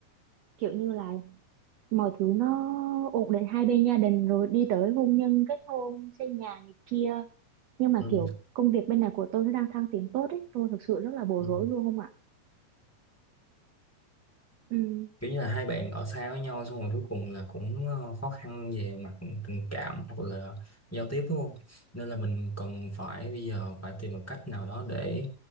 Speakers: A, on the right; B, in the centre.
A: kiểu như là mọi thứ nó ổn định hai bên gia đình rồi đi tới hôn nhân kết hôn xây nhà này kia nhưng mà
B: ừ,
A: kiểu công việc bên này của tôi nó đang thăng tiến tốt ấy tôi thực sự rất là bối
B: ừ.
A: rối luôn không ạ ừ
B: kiểu như là hai bạn ở xa với nhau xong rồi cuối cùng là cũng ờ, khó khăn về mặt tình cảm hoặc là giao tiếp đúng không nên là mình cần phải bây giờ phải tìm một cách nào đó để